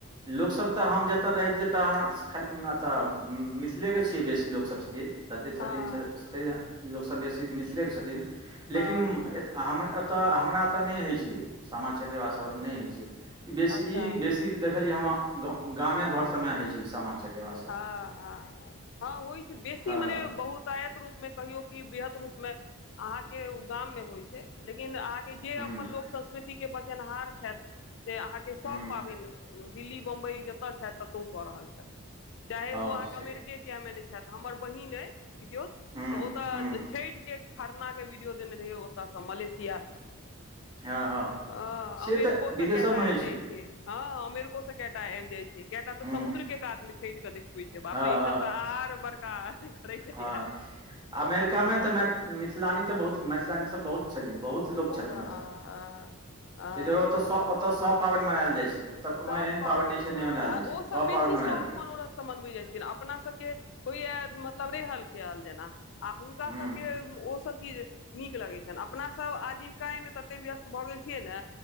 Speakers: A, on the right; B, on the left.
A: लोकसब तऽ हम जतऽ रहै छी तेतऽ आहाँ। खाली एतऽ मिथिलेके छियै बेसी लोकसब छथिन। कतेक छथिन
B: हँ
A: तहि लोकसब बेसी मिथिलेके छथिन लेकिन
B: हँ
A: एत। आ हम एतऽ हमरा एतऽ नै होइ छै, सामा चकेवा सब नै होइ छै। ई बेसी
B: अच्छा
A: ई बेसी देखलियै, हम गामे घर सब में होय छै ई सामा। चकेबा सभ
B: हँ-हँ-हॅं-हँ होइ छै, बेसी
A: हँ
B: मने बहुत। आयत रूप में कहियो की वृहद रूप में अहाँ के गाम में होइ छै। लेकिन अहाँके जे
A: हूँ
B: अपन लोक संस्कृतिके बचेनहार छथि। से अहाँके सब
A: हूँ
B: पाबनि दिल्ली बम्बई जतय छथि, ततहु कऽ रहल छथि। चाहे
A: हँ
B: ओ अहाँके
A: से
B: अमेरिके किया मे नै छथि, हमर बहिन अइ। पितियौत
A: हूँ
B: तऽ ओतऽ
A: हूँ
B: छैठ के खरना। वीडियो देने रहै, ओत सँ मलेशिया स
A: हँ हँ
B: आ
A: से
B: अमेरिको
A: तऽ
B: स
A: विदेशोमे
B: के। क आबि
A: होइ
B: जाय छै, हँ अमेरिको स के टा आबि जाय छै, के टा तऽ
A: हूँ
B: समुद्र के कात में छठि कऽ देख। बापरे
A: हँ
B: ई
A: हँ
B: सब तऽ आर बड़का। करैत जाइया
A: हँ अमेरिकामे तऽ मै मिथिलानी तऽ बहुत मैथिलानी सब बहुत छथिन बहुत। लोक छथिन
B: हँ
A: ओतऽ
B: हँ
A: तइ दुआरे ओतऽ ओतऽ सब पाबनि मनाल जाइ छै। ओतऽ कोनो
B: सब
A: एहन
B: पाबनि
A: नहि
B: हैत,
A: छै जे नहि मनायल
B: आ
A: जाइ छै
B: ओ सब बेसी
A: पाबनि
B: शौख
A: मनायल जाइ छै
B: मनोरथ स। मोन सऽ मनवै जाइ छथिन, अपना सबके होइया मतलब रेहल खियाल जेना। आ हुनका
A: हूँ
B: सबके ओ सब चीज। नीक लगै छनि, अपना सब आजीविकाये मे तते व्यस्त भऽ गेल छियै ने